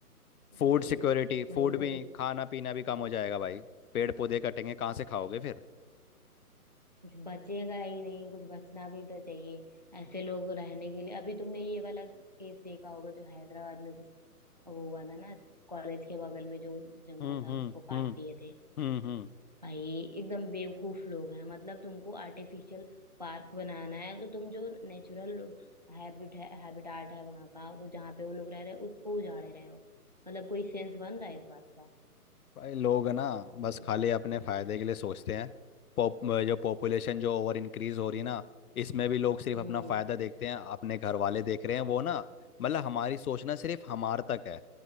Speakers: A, on the left (about 70°); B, on the right (about 30°).
A: फूड
B: वही
A: सिक्योरिटी
B: ना वही
A: फूड भी
B: तो
A: नहीं खाना पीना भी कम हो जाएगा भाई पेड़ पौधे कटेंगे कहाँ से खाओगे फिर
B: कुछ बचेगा ही नहीं कुछ बचना भी तो चाहिए ऐसे लोग रहने के लिए अभी तुमने ये वाला केस देखा होगा जो हैदराबाद में कुछ वो हुआ था ना कॉलेज के बगल में जो जंगल
A: हम्म
B: था
A: हम्म
B: उसको काट
A: हम्म
B: दिए थे
A: हम्म हम्म
B: भाई एकदम बेवकूफ लोग हैं मतलब तुमको आर्टिफिशियल पार्क बनाना है तो तुम जो नेचुरल हैबिट है हैबिटाट है वहां का वो जहाँ पे वो लोग रह रहे हैं उसको उजाड़े रहे हो मतलब कोई सेंस बन रहा है इस बात का
A: भाई लोग है ना
B: पागल
A: बस खाली
B: लोग
A: अपने फायदे के लिए सोचते हैं पॉप जो पॉपुलेशन जो ओवर इंक्रीज हो रही है ना इसमें भी लोग सिर्फ
B: हम्म
A: अपना फायदा देखते हैं अपने घर वाले देख रहे हैं वो ना मतलब हमारी सोचना सिर्फ हमार तक है